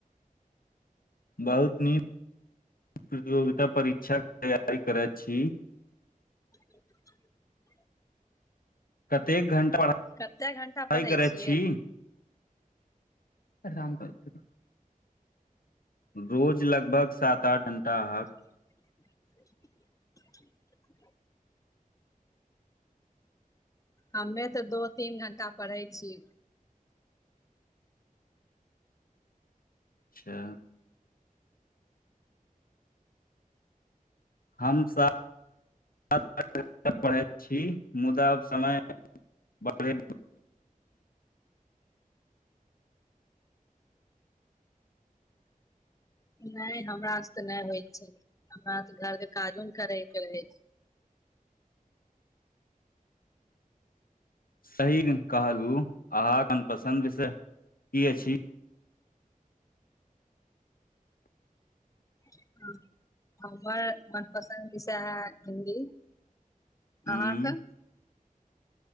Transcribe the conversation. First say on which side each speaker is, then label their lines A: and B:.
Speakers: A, on the left; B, on the left.
A: बहुत नीक प्रतियोगिता परीक्षाके तैयारी करत छी।
B: <inaudible>
A: कतेक घंटा
B: कत्ते घंटा
A: पढ़ाइ
B: पढ़ै
A: करैत
B: छियै?
A: छी <unintelligible> रोज लगभग सात-आठ घंटा ह
B: <inaudible> हमे तऽ दो-तीन घण्टा पढ़ै छी।
A: अच्छा। हम सा <unintelligible> पढ़ैत छी मुदा समय बढ़ <unintelligible>
B: नैय हमरा सके नैय होइ छै हमरा तऽ घरके काजो न करय के रहै छै।
A: सही कहलू अहाँक मनपसन्द विषय की अछि?
B: <unintelligible> हमर मन पसन्द विषय है हिन्दी।
A: हूँ
B: अहाँकऽ?